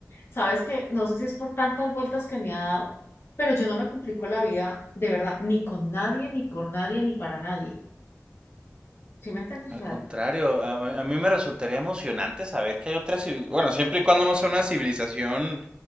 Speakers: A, on the left (about 50°); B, on the right (about 20°).
A: sabes que no sé si es por tantas vueltas que me ha dado, pero yo no me complico la vida de verdad, ni con nadie, ni por nadie, ni para nadie. ¿Sí me entiendes?
B: Al
A: O sea,
B: contrario, a mí, a mí me resultaría emocionante saber que hay otra civilización. Bueno, siempre y cuando no sea una civilización